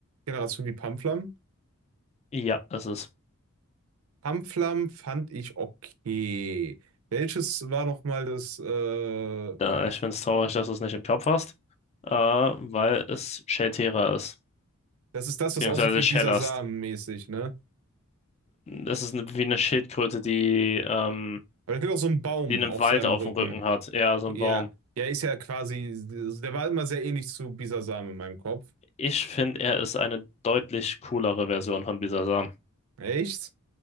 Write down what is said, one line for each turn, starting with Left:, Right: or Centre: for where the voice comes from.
Right: Generation wie Pamflam?
Left: ja, es ist,
Right: Pamflam fand ich okay. Welches war nochmal das äh,
Left: äh, ich finde es traurig, dass du es nicht im Kopf hast, äh, weil es Schelltierer ist,
Right: Das ist das,
Left: beziehungsweise
Right: was aussieht wie
Left: Schellast.
Right: Bisasam mäßig, ne?
Left: Es ist eine, wie eine Schildkröte, die, ähm,
Right: Aber da gibt auch so einen Baum
Left: die einen
Right: auf
Left: Wald
Right: seinem
Left: auf
Right: Rücken.
Left: dem Rücken hat, eher so
Right: Ja,
Left: ein Baum.
Right: ja, ist ja quasi, der war immer sehr ähnlich zu Bisasam in meinem Kopf.
Left: Ich finde, er ist eine deutlich coolere Version von Bisasam.
Right: Echt?